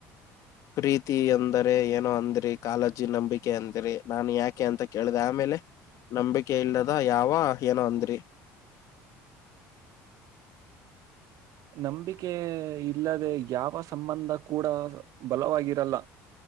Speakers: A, on the left; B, on the right.
A: ಪ್ರೀತಿ ಅಂದರೆ ಏನೋ ಅಂದ್ರಿ ಕಾಳಜಿ ನಂಬಿಕೆ ಅಂದ್ರಿ ನಾನು ಯಾಕೆ ಅಂತ ಕೇಳಿದೆ ಆಮೇಲೆ ನಂಬಿಕೆ ಇಲ್ಲದ ಯಾವ ಏನೋ ಅಂದ್ರಿ
B: ನಂಬಿಕೆ ಇಲ್ಲದೆ ಯಾವ ಸಂಬಂಧ ಕೂಡ ಬಲವಾಗಿರಲ್ಲ